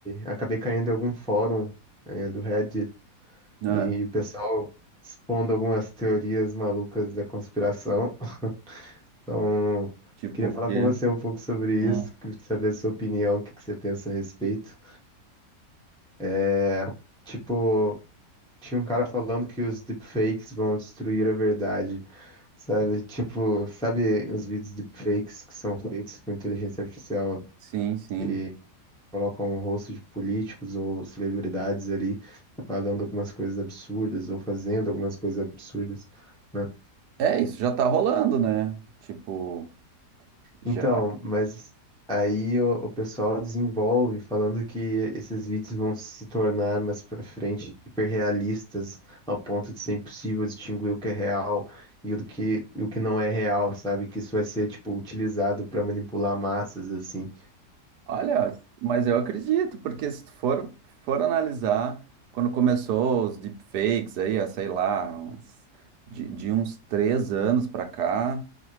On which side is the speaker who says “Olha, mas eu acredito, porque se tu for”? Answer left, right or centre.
Right